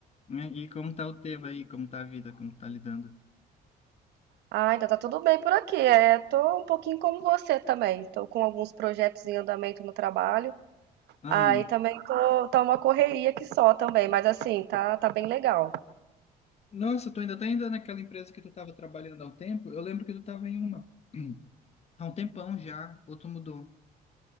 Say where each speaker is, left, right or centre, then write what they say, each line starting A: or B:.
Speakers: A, on the left; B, on the right.
A: E e como tá o tema aí? Como tá a vida? Como tá lidando?
B: Ah, então tá tudo bem por aqui. É, tô um pouquinho como você também. Tô com alguns projetos em andamento no trabalho.
A: Ah,
B: Aí também tô, tá uma correria que só também, mas assim, tá, tá bem legal.
A: nossa, tu ainda tá ainda naquela empresa que tu tava trabalhando há um tempo? Eu lembro que tu tava em uma <clears throat> há um tempão já, ou tu mudou?